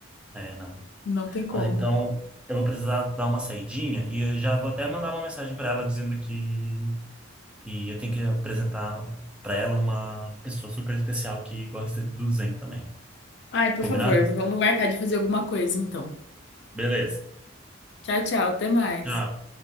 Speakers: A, in the centre; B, on the left (about 60°).
A: É, não.
B: Não tem como.
A: Mas então, eu vou precisar dar uma saidinha e eu já vou até mandar uma mensagem para ela dizendo que, que eu tenho que apresentar para ela uma pessoa super especial que gosta do Zen também.
B: Ai, por
A: Combinado?
B: favor, vamos marcar de fazer alguma coisa então.
A: Beleza.
B: Tchau, tchau, até mais.
A: Tchau.